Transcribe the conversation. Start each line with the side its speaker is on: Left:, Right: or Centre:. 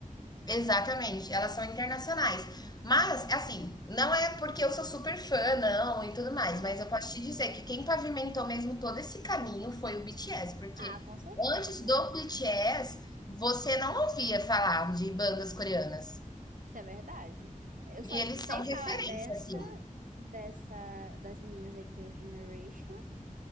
Left: Exatamente, elas são internacionais. Mas, assim, não é porque eu sou super fã, não, e tudo mais,
Right: Aham.
Left: mas eu posso te dizer que quem pavimentou mesmo todo esse caminho foi o BTS, porque
Right: Ah, com certeza.
Left: antes do BTS, você não ouvia falar de bandas coreanas.
Right: Isso é verdade. Eu só
Left: E
Right: escutei
Left: eles são
Right: falar
Left: referência,
Right: dessa,
Left: assim.
Right: dessa, das meninas da Girl Generation,